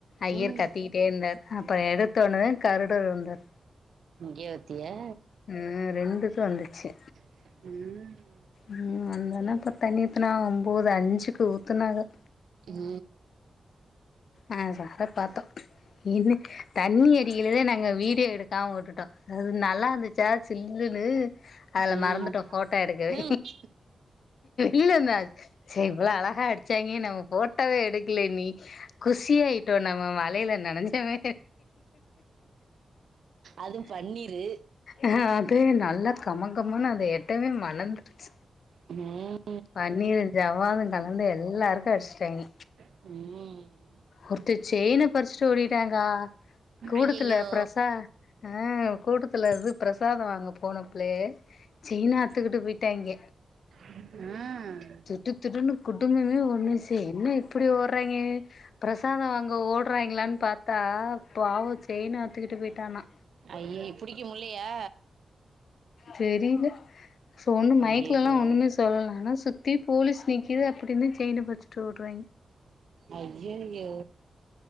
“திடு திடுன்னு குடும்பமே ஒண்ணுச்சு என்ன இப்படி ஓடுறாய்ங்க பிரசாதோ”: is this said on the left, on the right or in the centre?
Left